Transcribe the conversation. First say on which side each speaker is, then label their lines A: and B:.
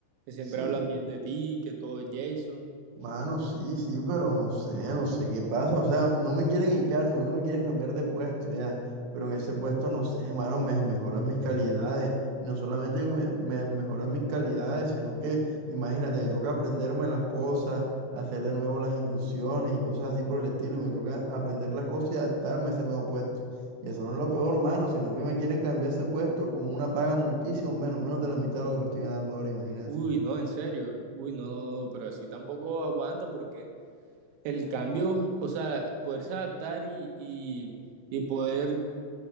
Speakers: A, on the right; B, on the right.
A: que siempre
B: Sí,
A: hablan bien de ti, que todo es Jason.
B: Mano, sí, sí, pero no sé, no sé qué pasa. O sea, no me quieren echar, sino que me quieren cambiar de puesto ya. Pero en ese puesto, no sé, mano, me mejoran mis calidades. No solamente que me, me mejoran mis calidades, sino que, imagínate, me toca aprenderme las cosas, hacer de nuevo las inducciones y cosas así por el estilo. Y me toca aprender las cosas y adaptarme a ese nuevo puesto. Y eso no es lo peor, mano, sino que me quieren cambiar ese puesto con una paga muchísimo menos, menos de la mitad de lo que me estoy ganando ahora, imagínate.
A: Uy, no, en serio. Uy, no, no, no, pero así tampoco aguanta porque el cambio, o sea, poderse adaptar y, y, y poder